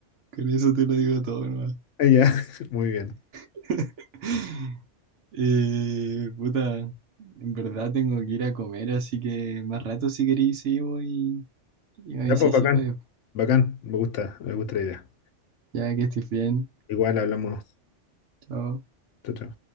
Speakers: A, on the right; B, on the left.
A: Con eso te lo digo todo, nomás.
B: Ah, Ya, <laughs> muy bien.
A: <laughs> Eh, puta, en verdad tengo que ir a comer, así que más rato si queréis seguimos y, y me
B: Ya,
A: avisáis
B: pues bacán.
A: si puedes.
B: Bacán, me gusta, me gusta la idea.
A: Ya que estés bien.
B: Igual hablamos.
A: Chao.
B: Chao, chao.